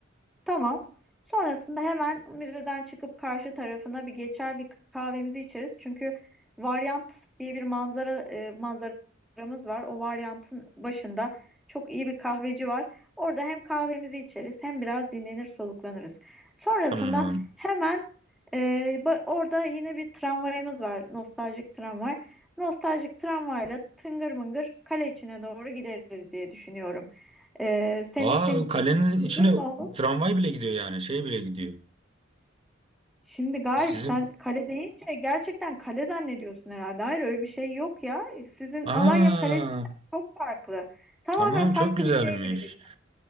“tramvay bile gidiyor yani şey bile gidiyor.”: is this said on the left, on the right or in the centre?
Right